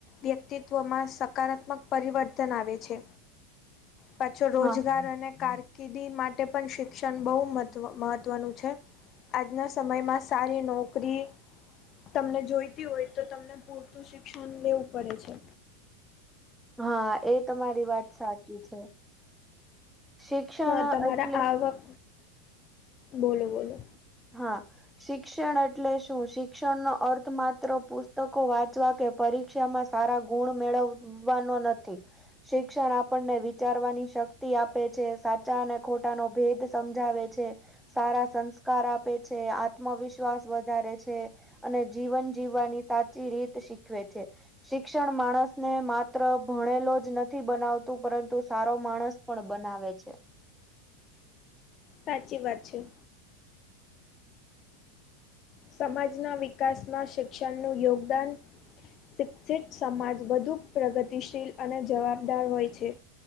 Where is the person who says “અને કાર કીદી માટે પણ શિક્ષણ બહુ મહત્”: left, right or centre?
Left